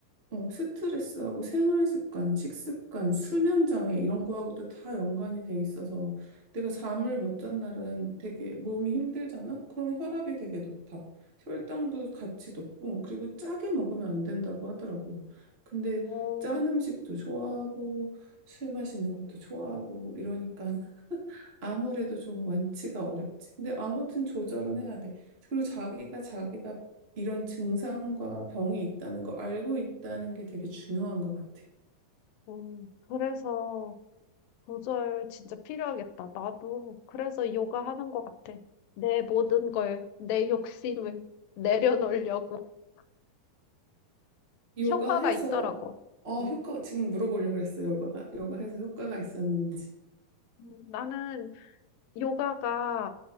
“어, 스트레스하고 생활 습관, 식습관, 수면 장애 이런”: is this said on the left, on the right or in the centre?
Right